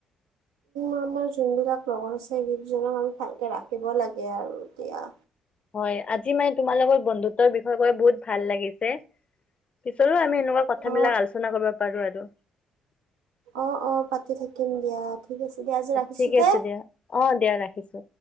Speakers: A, on the right; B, on the left.
A: আমাৰ জোনবিলাক লগৰ আছে, গিফ্টজনক আমি ভালকে ৰাখিব লাগে আৰু এতিয়া।
B: হয় আজি মানে তোমাৰ লগত বন্ধুত্বৰ বিষয়ে কৈ, বহুত ভাল লাগিছে। পিছলৈ আমি, এনেকুৱা কথা
A: অ
B: বিলাক আলোচনা কৰিব পাৰো আৰু।
A: অ, অ, পাতি থাকিম দিয়া। ঠিক আছে দিয়া, আজি ৰাখিছোঁ
B: ঠিক
A: দে।
B: আছে দিয়া অ দিয়া ৰাখিছো